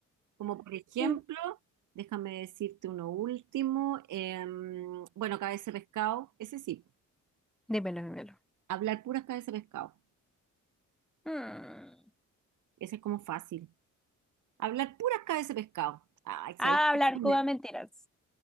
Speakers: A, on the right (about 75°); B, in the centre.
A: como por ejemplo,
B: <laughs>
A: déjame decirte uno último, em, bueno, cabeza de pescado, ese sí,
B: Dímelo, dímelo.
A: hablar puras cabeza de pescado,
B: Mm.
A: ese es como fácil. Hablar puras cabezas de pescado. Ay, ¿sabéis
B: A hablar
A: qué? Me-
B: cuba mentiras.